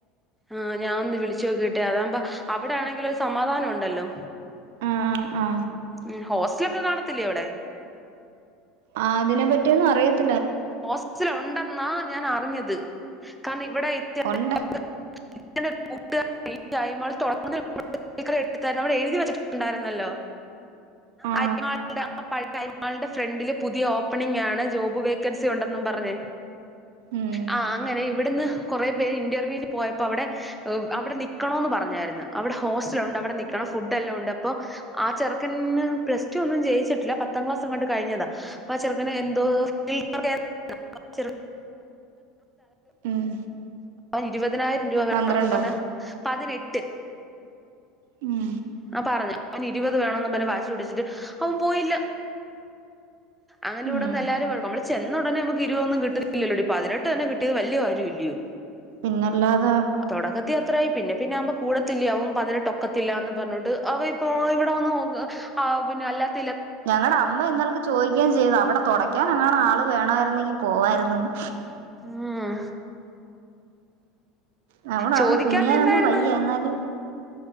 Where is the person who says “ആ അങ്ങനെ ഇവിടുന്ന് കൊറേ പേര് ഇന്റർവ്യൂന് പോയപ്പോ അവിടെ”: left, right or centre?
Centre